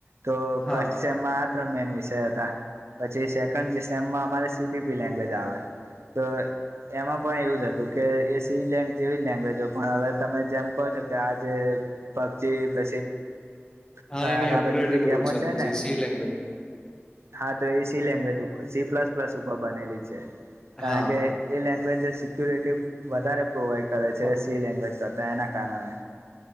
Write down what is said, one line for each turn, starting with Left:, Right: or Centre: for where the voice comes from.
Right: તો
Left: હા
Right: ફસ આ ત્રન મેન વિષય હતા. પછી સેકન્ડ સેમમાં અમારે સી પી પી લેંગવેજ આવે ત એમાં પણ એવું જ હતું કે એ સી લ જેવી જ લેંગ્વેજ હોય પણ હવે તમે જેમ કહો છો કે આ જે પબજી પછી ફ્રી
Left: હા
Right: ફાયર
Left: એની
Right: આ
Left: અપગ્રેડેડ
Right: બધી જે ગેમો
Left: વર્ઝન
Right: છે ને
Left: જે સી લેંગ્વેજ
Right: હા તો એ સી લેંગ્વેજર સી પ્લસ પ્લસ ઉપર બનેલી છે.
Left: હા
Right: કારણ કે એ લેંગ્વેજ સિક્યુરિટી વધારે પ્રોવાઈડ કરે છે
Left: બરાબર
Right: સી લેગ એના કારણે